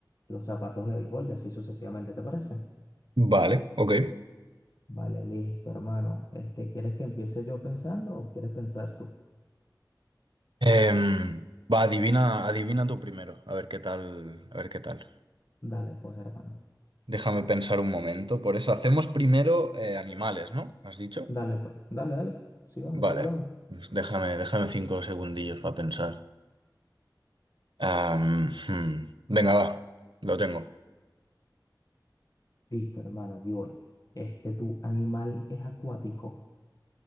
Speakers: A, on the left; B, on the right.
A: los zapatos de béisbol y así sucesivamente, ¿te parece?
B: Vale, ok.
A: Vale, listo, hermano. Este, ¿quieres que empiece yo pensando o quieres pensar tú?
B: Em, va, adivina, adivina tú primero, a ver qué tal, a ver qué tal.
A: Dale, pues, hermano.
B: Déjame pensar un momento. Por eso hacemos primero eh, animales, ¿no? ¿Has dicho?
A: Dale, pues. Dale, dale. Sí, va, no
B: Vale.
A: hay problema.
B: Pues Déjame, déjame cinco segundillos para pensar. Am, hmm, Venga, va. Lo tengo.
A: Listo, hermano, allí voy. Este, ¿tu animal es acuático?